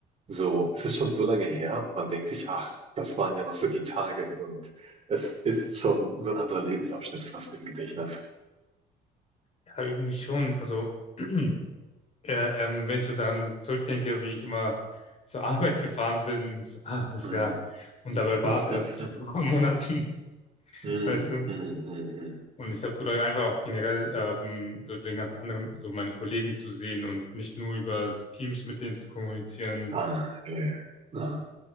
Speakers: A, on the right; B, on the left.
A: So, es ist schon so lange her und man denkt sich, ach, das waren ja noch so die Tage und es ist jetzt schon so ein anderer Lebensabschnitt fast im Gedächtnis.
B: Ja, irgendwie schon. Also, <clears throat> äh, ähm, wenn ich so daran zurückdenke, wie ich immer zur Arbeit gefahren bin, ist, ah, das
A: Mm.
B: ist ja, und dabei
A: <laughs>
B: war es erst vor ein paar Monaten, <laughs>
A: Mm,
B: weißt du?
A: mm, mm, mm.
B: Und ich glaube, oder einfach auch generell, ähm, so den ganz anderen, so meine Kollegen zu sehen und nicht nur über Teams mit denen zu kommunizieren,
A: Ah, yeah. Ah.